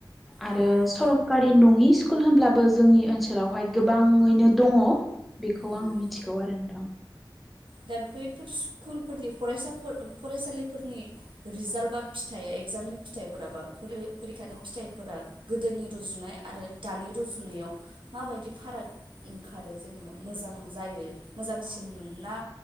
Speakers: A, in the centre; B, on the right (about 85°).
A: आरो
B: औ उम
A: सरकारि नङि स्कुल होनब्लाबो जोंनि ओनसोलावहाय गोबाङैनो दङ। बेखौ
B: उम
A: आङो मिथिगौ आरो नोंथां।
B: दा बेफोर स्कुल फोरनि फरायसाफोर फरायसालिफोरनि रिजाल्ट बा फिथाइ एगजामनि फिथाइफोरा बा फरिखानि फिथाइफोरा गोदोनि रुजुनाय आरो दानि रुजुनायाव माबायदि फाराग ओंखारो जेनेबा मोजां जायो मोजांसिन मोनना